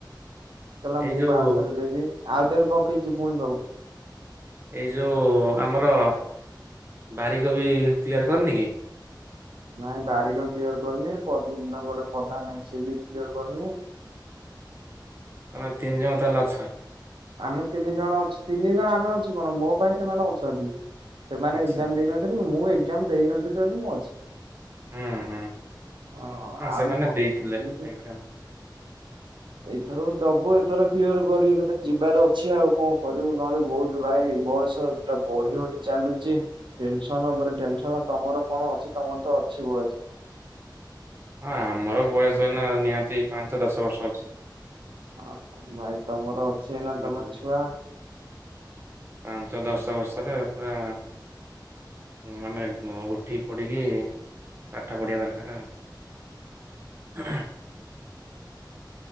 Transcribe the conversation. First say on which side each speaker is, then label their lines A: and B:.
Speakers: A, on the right; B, on the right.
A: କହିଲା
B: ଏଇ
A: ମୁଁ
B: ଯୋଉ
A: ଆଉ ଥରେ ଦେବି ଆଉଥରେ ପକେଇଛି ପୁଣି ଦବ।
B: ଏଇ ଯଉଁ ଆମର ବାରିକ ବି କ୍ଲିୟର କରିନି କି?
A: ନାଇଁ ବାରିକ କ୍ଲିଅର କରିନି ଗୋଟେ ପ୍ରଧାନ ନାହିଁ ସେ ବି କ୍ଲିଅର କରିନି।
B: ତମେ ତିନିଜଣ ତାହେଲେ ଅଛ।
A: ଆମେ ତିନି ଜଣ ଅଛ ତିନି ଜଣ ଆମେ ଅଛୁ କଣ ମୋ ପାଇଁ ସେମାନେ ଅଛନ୍ତି ସେମାନେ
B: ଆଚ୍ଛା
A: ଏକ୍ଜାମ ଦେଇନହନ୍ତି। ମୁଁ ଏଗଜାମ ଦେଇ ନଥିଲି ବୋଲି ମୁଁ ଅଛି।
B: ହୁଁ ହୁଁ।
A: ହଁ ଆଉ
B: ସେମାନେ
A: କଣ?
B: ଦେଇଥିଲେ
A: ଏତି
B: ଏକ୍ଜାମ
A: ଏଇଥର ଦବୁ ଏଥର କ୍ଲିୟର କରିବି କତେ ଯିବାର ଅଛି ଆଉ କଣ କରିବୁ ନହେଲେ ବହୁତ ଭାଇ ବୟସ ପା ବଢି ବଢି ଚାଲୁଛି। ଟେନସନ ଉପରେ ଟେନସନ ତମର କଣ ଅଛି ତମର ତ ଅଛି ବୟସ।
B: ହଁ ଆମର ବୟସ ଏନା ନିହାତି ପାଞ୍ଚଦଶ ବର୍ଷ ଅଛି।
A: ହଁ ଭାଇ ତମର ଅଛି। ଏଇନା
B: ବୁଝିଲେ
A: ତମେ ଛୁଆ
B: ପାଞ୍ଚ ଦଶ ବର୍ଷରେ ପୁରା। ମାନେ ଉଠିକି ପଡ଼ିକି ପାଠ ପଢ଼ିବା ଦରକାର ଆଉ। ହ